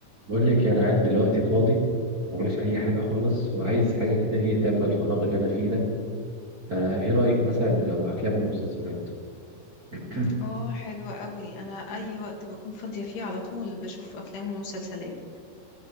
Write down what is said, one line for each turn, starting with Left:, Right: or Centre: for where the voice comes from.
Right: بقول لك يا، انا قاعد دلوقتي فاضي موريش اي حاجه خالص وعايز حاجه كده ايه تملى الفراغ اللي انا فيه ده فايه رايك مثلا لو افلام ومسلسلات <clears throat>
Left: اه حلو قوي انا اي وقت بكون فاضية فيه على طول بشوف افلام ومسلسلات